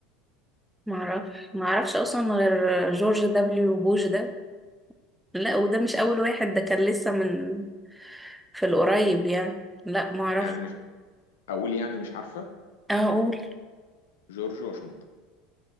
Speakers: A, in the centre; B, on the left (about 85°).
A: معرف معرفش أصلا غير جورج دبليو بوش ده لا وده مش أول واحد ده كان لسه من في القريب يعني لا معرف
B: يعني مش اقول يعني مش عارفة
A: أقول
B: جورج واشنطن